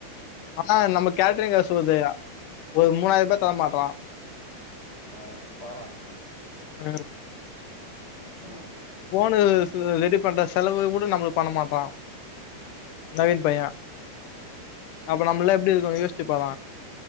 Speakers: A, on the left; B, on the left.
A: ஆனா நம்ம கேட்டரிங்
B: ஓ
A: அசுவது ஒரு மூணாயி ரூபா தர மாட்றா
B: ஆ பாற
A: ம்
B: ம்
A: போனு ரெடி பண்ற செலவு கூட நம்மளுக் பண்ண மாட்றா நவீன் பைய
B: ம்
A: அப்ப நம்மல்லா எப்டி இருக்கும்னு யோசிச்சுப்பார